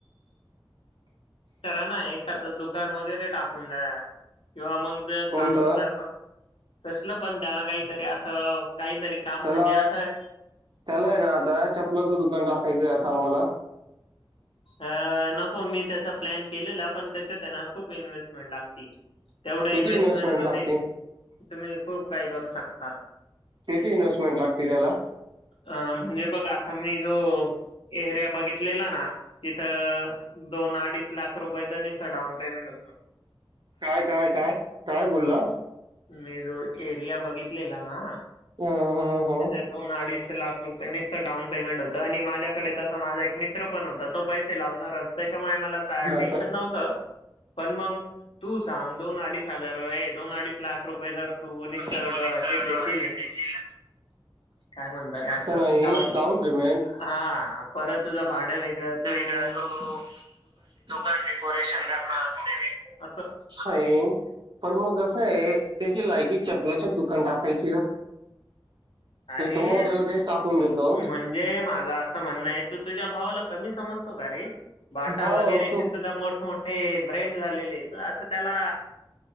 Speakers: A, on the left (about 75°); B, on the right (about 55°).
A: करा ना एखादं दुकान वगैरे टाकून द्या किंवा मग?
B: कोणतं
A: काम चुकार पण, कसलं पण त्याला काहीतरी असं काहीतरी काम
B: त्याला,
A: म्हणजे असं
B: त्याला आहे ना आता चपलाचं दुक पण टाकायचंय आता आम्हाला
A: अ नको मी त्याचा प्लॅन केलेला पण त्याच्या त्यांना खूप इन्व्हेस्टमेंट लागते. तेवढ्या
B: किती
A: इन्व्हेस्टमेंट मध्ये
B: लागते
A: तुम्ही खूप काही करू शकता
B: किती इन्वेस्टमेट लागते. त्याला
A: अ म्हणजे बघ आता मी जो एर बघितलेला ना तिथ दोन अडीच लाख रुपय त नुसत डाऊन पेमेंट होत.
B: काय, काय काय, काय बोललास.
A: मी जो एरिया बघितलेला ना
B: हं, हं, हं.
A: तेथ दोन अडीच - लाख रुपयांनीच तर डाऊन पेमेंट होतं आणि माझ्याकडे तसं माझा एक मित्र पण होता. तो पैसे लागणार त्याच्यामुळे मला
B: हा,
A: टेन्शन
B: का-
A: नव्हतं. पण मग तू सांग दोन अडीच हजार दोन अडीच लाख रुपये जर तू निसत
B: भौगोलिक
A: डोके देशील
B: हे देखील
A: काय म्हणत रे आपलं
B: असं नाही
A: डाऊन
B: पेमेंट
A: हा परत तुझ भाड वेगळं तू
B: या तो दुकान डेकोरेशन करणार ते
A: असं
B: वेगळं पण मग कसं आहे त्याची लायकी चपलाच्याच दुकान टाकायची ना.
A: अरे
B: त्याच्यामुळे त्याला तेच टाकून देतो
A: म्हणजे माझं असं म्हणणं आहे तू तुझ्या भावाला कमी समजतो का रे बाटा
B: हो
A: वगैरे
B: खूप
A: हे सुद्धा मोठ मोठे ब्रँंड झालेले असं त्याला